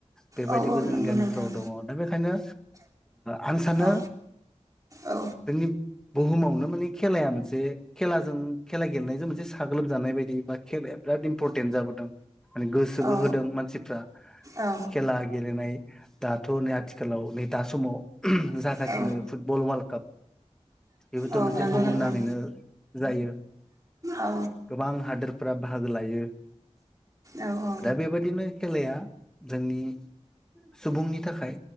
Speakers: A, in the centre; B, on the right.
A: बेबायदिबो
B: आरोना औ
A: जोंनि
B: नंगौ
A: गामिफ्राव
B: नोंथां
A: दङ दा बेखायनो आं सानो
B: औ औ
A: जोंनि बुहुमावनो माने खेलाया मोनसे खेलाजों खेला गेलेनायजों मोनसे साग्लोबजानाय बायदि बा खेलाया बिराद इम्परटेन्ट जाबोदों माने गोसोबो
B: औ
A: होदों मानसिफ्रा
B: औ
A: खेला गेलेनाय दाथ नै आथिखालाव नै दा समाव उह जागासिनो
B: औ
A: फुटबल वाल्द काप बेबोथ
B: औ
A: मोनसे
B: नंगौ
A: बुहुम
B: नोंथां
A: नाङैनो जायो
B: औ
A: गोबां हादोरफ्रा बाहागो लायो
B: औ औ
A: दा बेबायदिनो खेलाया <unintelligible> सुबुंनि थाखाय